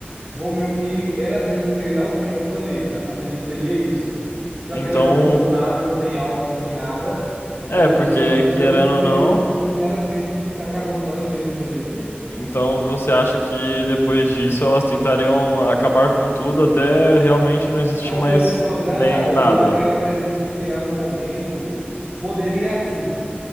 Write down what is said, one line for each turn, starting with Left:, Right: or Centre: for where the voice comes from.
Right: Vão meio que elas mesmas querer dar um fim ao planeta. Acredito que seria isso. Já
Left: Então,
Right: que elas não são nada, não têm alma, não têm nada, elas
Left: é, porque
Right: mesmas, eu eu
Left: querendo
Right: acredito que
Left: ou
Right: seria
Left: não.
Right: o fim delas mesmas, tipo, se acabando com elas mesmas, entendeu?
Left: Então você acha que depois disso elas tentariam acabar com tudo até realmente não existir
Right: Até
Left: mais
Right: não sobrar
Left: nem
Right: nada.
Left: nada?
Right: Eu, a- eu acredito que chegava um momento, poderia assim,